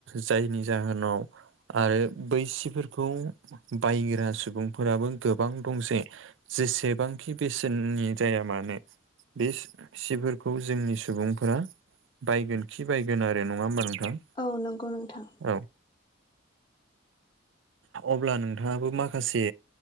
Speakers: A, on the right; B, on the left.
A: जायनि जाहोनाव आरो बै सिफोरखौ बायग्रा सुबुंफोराबो गोबां दं जे जेसेबांखि बेसेननि जाया मानो। बे सिफोरखौ जोंनि सुबुंफोरा बायगोन खि बायगोन आरो नङा होमबा नोंथां।
B: औ नंगौ नोंथां।
A: औ। अब्ला नोंथाङाबो माखासे